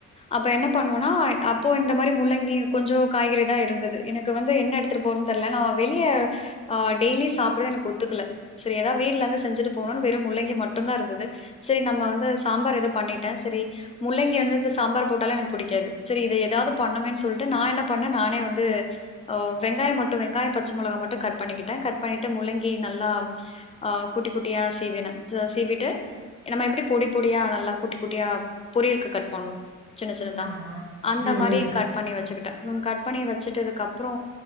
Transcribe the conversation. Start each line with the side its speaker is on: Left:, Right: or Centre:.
Left: அப்ப என்ன பண்ணுவோனா அப்போ இந்த மாரி முள்ளங்கி கொஞ்சோ காய்கறிதா இருந்தது எனக்கு அப்போ வந்து என்ன எடுத்ட்டு போறதுன்னு தெரியல நம்ம வெளியே ஆஹ் டெய்லி சாப்ட்றது எனக்கு ஒத்துக்கல சரி அத வீட்ல இருந்து செஞ்சுட்டு போனும்னு வெறும் முள்ளங்கி மட்டுந்தா இருந்தது சரி நம்ம வந்து சாம்பார் ஏதோ பண்ணிட்டே சரி முள்ளங்கியால வெச்ச சாம்பார் போட்டாலு எனக்கு புடிக்காது சரி இத ஏதாவது பண்ணுமே சொல்ட்டு நா என்ன பண்ணே நானே வந்து ஓ வெங்காய மட்டு வெங்காய பச்ச மொளகா மட்டு கட் பண்ணிக்கிட்டே கட் பண்ணிட்டு முள்ளங்கி நல்லா ஆ குட்டி குட்டியா சீவினே ச சீவிட்டு நம்ம எப்டி பொடி பொடியா நல்லா குட்டி குட்டியா பொரியல்க்கு கட் பண்ணுவோ சின்ன சின்னதா
Right: ஆமா
Left: அந்த
Right: ம்
Left: மாரி
Right: ம்
Left: கட் பண்ணி வச்சுக்கிட்ட ம் கட் பண்ணி வெச்சிட்டதுக்கு அப் அப்றோ